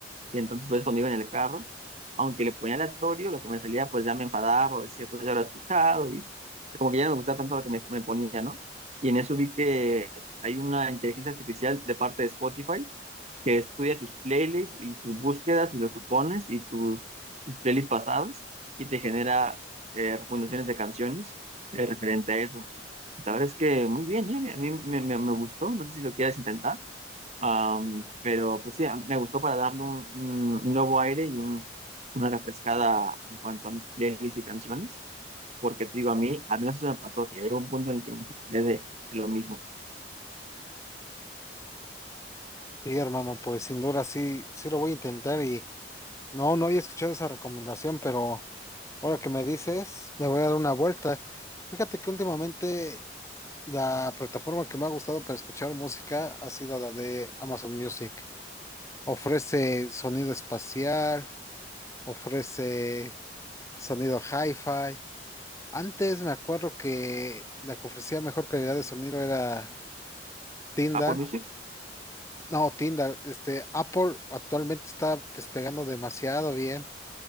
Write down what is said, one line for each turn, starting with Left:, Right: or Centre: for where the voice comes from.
Right: y entonces pues cuando iba en el carro, aunque le ponía aleatorio, lo que me salía pues ya me enfadaba o decía pues ya lo he escuchado y como que ya no me gustaba tanto lo que me, me ponía, ¿no? Y en eso vi que hay una inteligencia artificial de parte de Spotify que estudia tus playlists y tus búsquedas y lo que pones y tus, tus playlists pasados y te genera eh, recomendaciones de canciones eh, referente a eso. La verdad es que muy bien, ¿eh? A mí a mí me, me, me gustó, no sé si lo quieres intentar. Am, pero pues sí, me gustó para darle un, un- un nuevo aire y un- una refrescada en cuanto a mis playlists y canciones, porque te digo, a mí, a mí eso me pasó, que llegó un punto en el que me sorprendí de, de lo mismo.
Left: Y hermano, pues sin duda sí, sí lo voy a intentar y no, no había escuchado esa recomendación, pero ahora que me dices, le voy a dar una vuelta. Fíjate que últimamente la plataforma que me ha gustado para escuchar música ha sido la de Amazon Music. Ofrece sonido espacial, ofrece sonido hi-fi. Antes me acuerdo que la que ofrecía mejor calidad de sonido era Tinder,
Right: Apple Music,
Left: no, Tinder, este, Apple actualmente está despegando demasiado bien.